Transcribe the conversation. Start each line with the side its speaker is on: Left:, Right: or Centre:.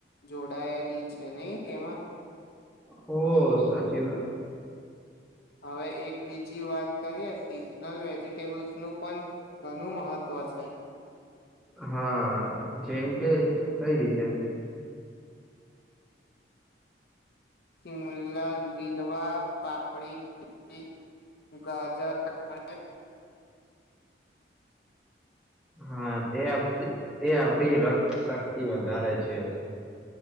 Left: જોડાયેલી છે નહી એમાં
Centre: હો સાચી વાત
Left: હવે એક બીજી વાત કરીએ સિઝનલ વેજિટેબલ્સનું પણ ઘણું મહત્ત્વ છે
Centre: હા જેમ કે કઈ રીતે
Left: ચિમલા લીલવા પાપડી ગાજર અને
Centre: હા તે તે આપડી રક્ત શક્તિ વધારે છે